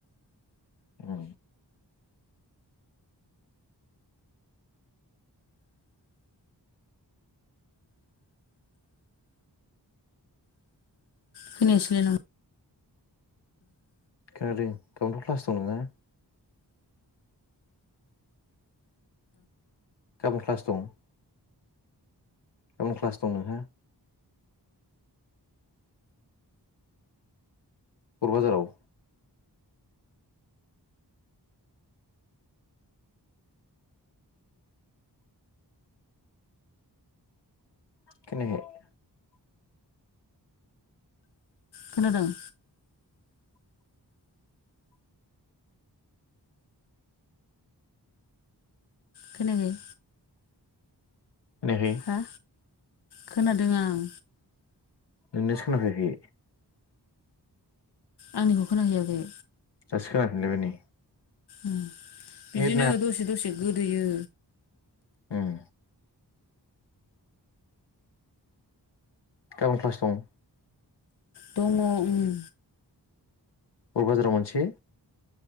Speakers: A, on the left (about 80°); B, on the left (about 70°).
A: औ
B: खोनायासैलाय ला़ं
A: खोनादों गाबोनथ' क्लास दं नोङा? गाबोन क्लास दं? गाबोन क्लास दं नोंहा? बर' बाजाराव खोनायाखै।
B: खोनादों। खोनायाखै?
A: खोनायाखै?
B: हा खोनादों आं।
A: नोंनियासो खोना खायाखै।
B: आंनिखौ खोनाहैयाखै
A: दासो खोना फिनलायबाय नै।
B: उम। बिदिनो
A: नेट
B: दसे दसे गोदोयो।
A: होम गाबोन क्लास दं?
B: दङ' उम।
A: बर'बाजाराव मोनसे।